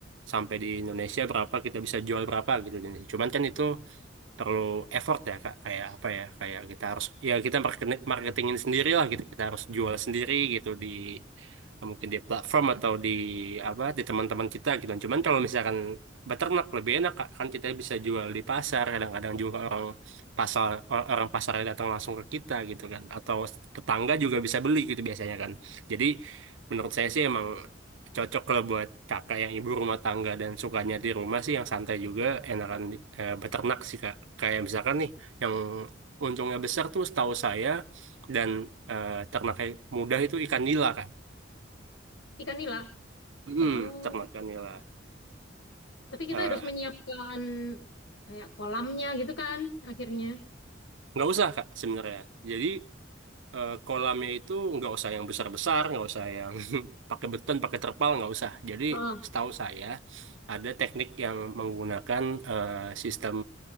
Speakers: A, on the right (about 85°); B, on the left (about 85°).
A: sampai di Indonesia berapa kita bisa jual berapa gitu. Cuman kan itu terlalu effort ya kak kayak apa ya kayak kita harus ya kita market- marketingin sendiri lah gitu kita harus jual sendiri gitu di mungkin di platform atau di apa di teman-teman kita gitu cuman kalau misalkan beternak lebih enak kak kan kita bisa jual di pasar kadang-kadang juga orang pasar or- orang pasar datang langsung ke kita gitu kan atau tetangga juga bisa beli gitu biasanya kan jadi menurut saya sih emang cocok kalau buat kakak yang ibu rumah tangga dan sukanya di rumah sih yang santai juga enakan eh, beternak sih kak Kayak misalkan nih, yang untungnya besar tuh setahu saya dan eh, ternaknya mudah itu ikan nila, Kak.
B: ikan nila.
A: Hmm,
B: Oh.
A: ternak ikan nila.
B: Tapi
A: Eh,
B: kita harus menyiapkan kayak kolamnya gitu kan akhirnya.
A: nggak usah, Kak, sebenarnya. Jadi eh, kolamnya itu nggak usah yang besar-besar, nggak usah yang <laughs> pakai beton, pakai terpal, nggak usah. Jadi
B: Ah.
A: setahu saya ada teknik yang menggunakan eh, sistem